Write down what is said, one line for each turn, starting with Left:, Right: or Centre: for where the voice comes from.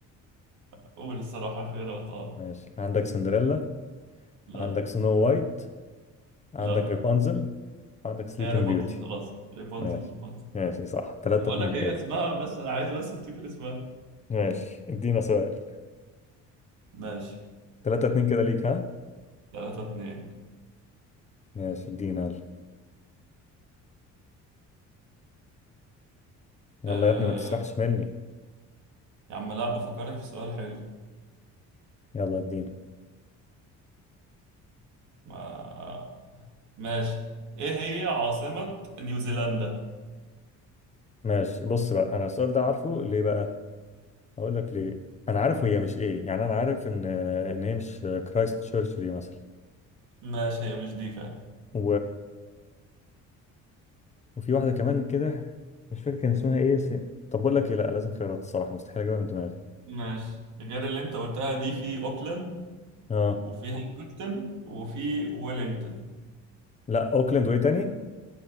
Right: اقول الصراحة خيرات اه
Left: ماشي عندك سندريلا
Right: لا
Left: عندك سنو وايت عندك
Right: لا
Left: ريبانزل عندك سليبنج
Right: هي ريبونزل
Left: بيوتي
Right: خلاص ريبونزل
Left: ماشي
Right: ريبونزل
Left: ماشي صح 3
Right: بقول
Left: 2
Right: لك
Left: كده
Right: هي اسمها بس انا عايز بس افتكر اسمها
Left: ماشي ادينا سؤال
Right: ماشي
Left: 3 2 كده ليك ها
Right: 3 2
Left: ماشي ادينا يلا يلا
Right: أه...
Left: يا ابني ما تسرحش مني
Right: يا عم لا بفكرك في سؤال حلو
Left: يلا ادينا
Right: ما... ماشي ايه هي عاصمة نيوزيلندا
Left: ماشي بص بقى انا السؤال ده عارفه ليه بقى اقول لك ليه انا عارف هي مش ايه يعني انا عارف ان ان هي مش كرايست تشيرش دي مثلا
Right: ماشي هي مش دي فعلا
Left: و... وفي واحده كمان كده مش فاكر كان اسمها ايه بس طب بقول لك ايه لا لازم خيارات الصراحه مستحيل اجيبها من دماغي
Right: ماشي غير اللي انت قلتها دي في اوكلاند
Left: اه
Right: وفي هاملتون وفي ويلينغتون
Left: لا اوكلاند وايه تاني